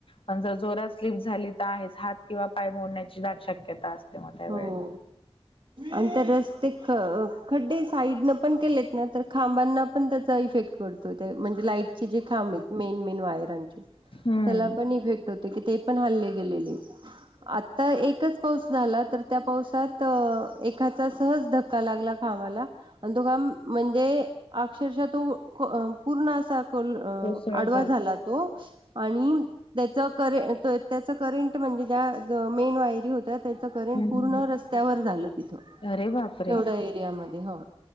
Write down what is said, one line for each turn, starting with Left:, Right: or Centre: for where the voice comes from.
Left: आणि जर जोरात स्लिप झाली तर आहेच हात किंवा पाय मोडण्याची दाट शक्यता असते मग त्या
Right: हो
Left: वेळेला.
Right: आणिं ते रस्ते ख खड्डे साईडनं पण केलेत ना तर खांबांना पण त्याचा इफेक्ट पडतोय. ते म्हणजे लाईटचे जे खांब मेन मेन वायरांचे
Left: हम्म
Right: त्याला पण इफेक्ट होतं की ते पण हल्ले गेलेले. आता एकच पाऊस झाला तर त्या पावसात एखाचा सहज धक्का लागला खांबाला आणि तो खांब म्हणजे अक्षरशः तो अ पूर्ण असा अ
Left: कोसळ
Right: आडवा
Left: जात
Right: झाला तो आणि त्याच करे त्याच करेंट म्हणजे ज्या मेन वायरी होत्या त्याच करेंट
Left: हम्म
Right: पूर्ण रस्त्यावर झालं तिथ
Left: अरे बापरे!
Right: तेवढ्या एरियामध्ये हो